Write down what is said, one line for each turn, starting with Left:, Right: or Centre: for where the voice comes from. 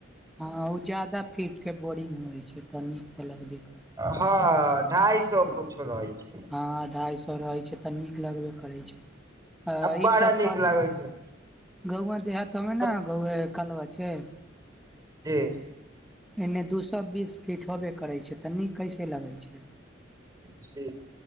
Centre: ह उ जदा फीट के बोरिग होई छै त नीक ते लगबे। करै
Right: ह ढाइ सए कछ रहै छैय।
Centre: ह अढ़ाइ सौ रहैत छै लय तऽ नीक लगबे करै छैय। अ
Right: आ बड़ा
Centre: ई सभ
Right: नीक
Centre: कल
Right: लागै छै
Centre: गउआ देहात मे
Right: बस
Centre: ने गौ कलवा छैय।
Right: जी।
Centre: एन्ने दू सेए बीस फीट होबे करै छैय तऽ नीक कैसे लगै छैय।
Right: जी